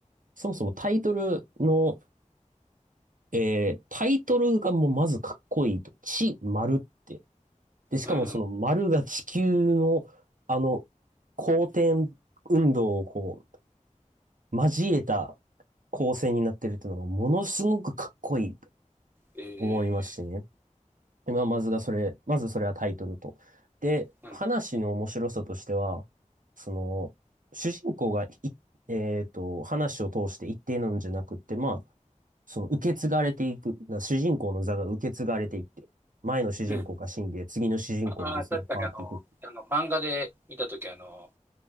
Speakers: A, on the right; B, on the right.
A: そもそもタイトルの、えー、タイトルがもうまずかっこいいと、地、丸って。で、しかもその丸が地球の、
B: うんうん、
A: あの、公転運動をこう、交えた構成になってるっていうのが、ものすごくかっこいい。
B: え
A: 思いましてね。で、まあ、まずがそれ、まずそれはタイトルと。で、
B: ー、うん、
A: 話の面白さとしては、その、主人公がい、えっと、話を通して一定なんじゃなくって、まあ、その受け継がれていく、な主人公の座が受け継がれていって、前の主人公が死んで、
B: うん。
A: 次の主人公に移り変わっていく。
B: ああ、確かにあの、あの、漫画で見たとき、あの、